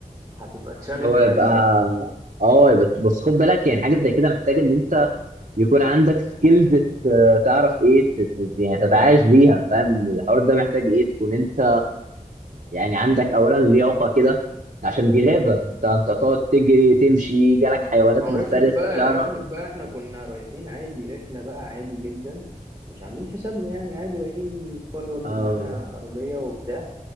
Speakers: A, on the right; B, on the right.
A: هتبقى تشالنج
B: هو
A: غريبة
B: يبقى اه يبقى بس خد بالك يعني حاجه زي كده محتاج ان انت يكون عندك سكيلز تعرف ايه ت- ت- يعني تتعايش بيها فاهم الحوار ده محتاج ايه تكون انت يعني عندك اولا لياقه كده عشان دي غابه انت انت تقعد تجري تمشي جالك حيوانات
A: ما
B: مفترسه
A: هو افرض بقى
B: تعرف
A: افرض بقى احنا كنا رايحين عادي رحلة بقى عادي جدا مش عاملين حسابنا يعني عادي رايحين نتفرج
B: اه
A: ومعانا عربية وبتاع